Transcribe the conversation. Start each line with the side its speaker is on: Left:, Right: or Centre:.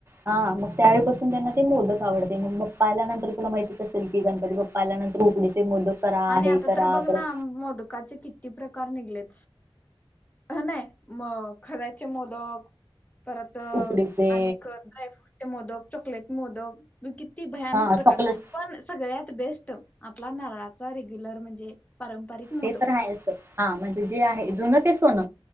Right: हां मग त्यावेळीपासून त्यांना ते मोदक आवडते, मग बाप्पा आल्यानंतर, तुला माहीतीच असेल की, गणपती बाप्पा आल्यानंतर उकडीचे मोदक करा
Left: आणि
Right: हे
Left: आता
Right: करा
Left: तर बघ ना
Right: परत
Left: मोदकाचे किती प्रकार निघलेत. हं नाही मग खव्याचे मोदक परत
Right: उकडीचे
Left: आणि क ड्रायफ्रूटचे मोदक, चॉकलेट मोदक किती भयानक
Right: हा
Left: प्रकार
Right: चॉकलेट
Left: पण सगळ्यात बेस्ट आपला नळात रेग्युलर म्हणजे पारंपरिक मोदक
Right: ते तर आहेच, हां म्हणजे जे आहे, जुन ते सोन